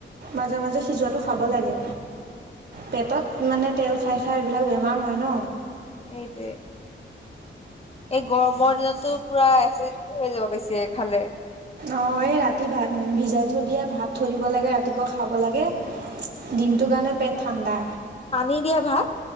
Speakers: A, on the right (about 55°); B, on the left (about 30°).
A: মাজে মাজে হি <unintelligible> যোৱাটো খাব লাগে।
B: উম
A: পেটত মানে তেল খাই খাই এইবিলাক বেমাৰ হয় ন
B: সেইটোৱে এই গৰমৰ দিনতো পুৰা এচিডিটি হৈ যাব বেছি খালে।
A: অঁ এই ৰাতি ভাত ভিজাই থৈ দিয়ে ভাত থৈ দিব লাগে ৰাতিপুৱা খাব লাগে।
B: উম
A: দিনটোৰ কাৰণে পেট ঠাণ্ডা।
B: পানী দিয়া ভাত